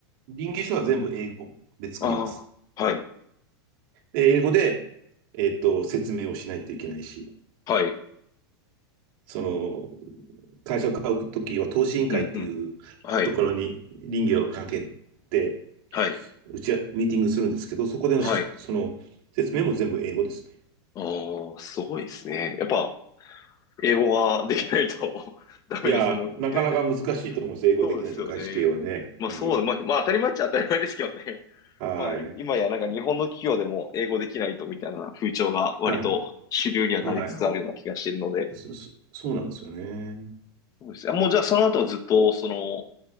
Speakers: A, on the right; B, on the left.
A: 臨議書は全部英語で作ります。
B: ああ、はい、
A: で英語で、えっと、説明をしないといけないし、
B: はい、
A: その会社を買うときは投資委員会っていうところに臨議をかけて、
B: うん、うん、はい、はい、
A: うちはミーティングするんですけど、そこでのしその説明も全部英語ですね。
B: はい。おあ、すごいですね。やっぱ、英語ができないと <laughs> ダメですね。
A: いや、
B: もう、
A: なかなか難しいと思います。
B: <laughs>
A: 英語できないと外資系はね。
B: そうですよね。まあそう、
A: うん。
B: まあ、まあ当たり前っちゃ当たり前ですけどね。
A: はい。
B: まあい今やなんか日本の企業でも英語できないとみたいな風潮が割と主流にはなりつつあるような気がしているので。
A: はい。はい。そ、そそうなんですよね。
B: そうですね。あもうじゃあその後はずっと、その、